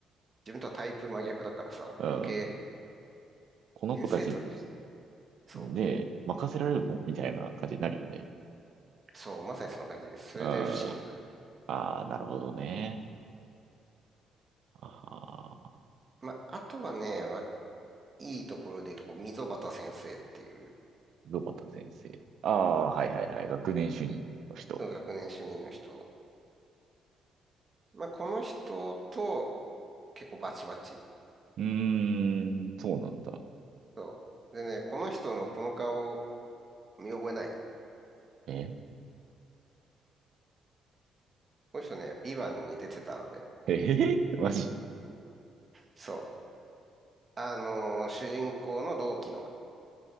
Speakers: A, on the right; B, on the right.
A: 自分とはタイプ真逆だからさ、
B: うん。
A: 余計、
B: この子たち
A: 先生と、そ
B: で任せられるのみたいな感じになるよね。
A: う、そう、まさにそんな感じです。それで不審か。
B: うん。ああ、なるほどね。ああ、
A: まあ、あとはね、わいいところで言うと、こう溝端先生っていう、
B: ロバタ先生。ああ、はいはいはい。学年主任の人。
A: その学年主任の人。まあ、この人と結構バチバチ。
B: うーん、そうなんだ。
A: そう。でね、この人のこの顔、見覚えない。
B: え
A: この人ね、ビバンに出てたんだよ。
B: ええ <laughs> マジ。
A: そう。あのー主人公の同期の